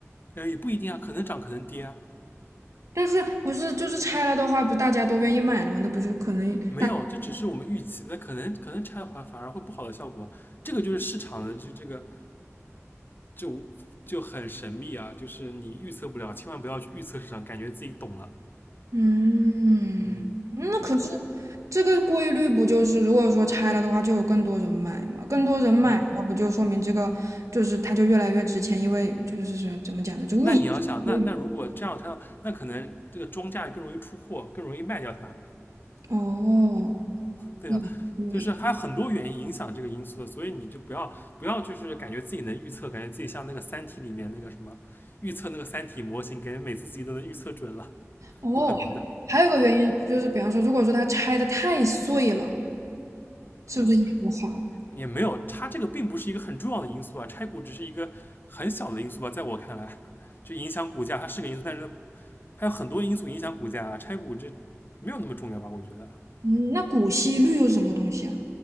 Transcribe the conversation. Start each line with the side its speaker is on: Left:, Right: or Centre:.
Left: 呃，也不一定啊，可能涨，可能跌啊。
Right: 但是不是就是拆了的话，不大家都愿意买了吗？那不就可能大，
Left: 没有，这只是我们预期的，可能可能拆的话反而会不好的效果。这个就是市场的这这个就就很神秘啊，就是你预测不了，千万不要去预测市场，感觉自己懂了。
Right: 嗯，
Left: 嗯，
Right: 那可是
Left: 对，
Right: 这个规律不就是如果说拆了的话，就有更多人买嘛？更多人买的话，
Left: 嗯，
Right: 不就说明这个就是它就越来越值钱？因为就是是怎么讲呢？就物以稀为贵
Left: 那你要想，那那如果这样它，那可能这个庄家也更容易出货，更容易卖掉它，
Right: 哦，
Left: <laughs> 对啊，
Right: 也对
Left: 就是还有很多原因影响这个因素的，所以你就不要不要就是感觉自己能预测，感觉自己像那个《三体》里面那个什么预测那个《三体》模型，感觉每次自己都能预测准了，
Right: 哦，
Left: 不可能的
Right: 还有个原因就是，比方说，如果说它拆的太碎了，是不是也不好？
Left: 啊，也没有，它这个并不是一个很重要的因素啊，拆股只是一个很小的因素吧，在我看来，就影响股价它是个因素，但是它有很多因素影响股价啊，拆股这没有那么重要吧，我觉得。
Right: 嗯，那股息率又是什么东西啊？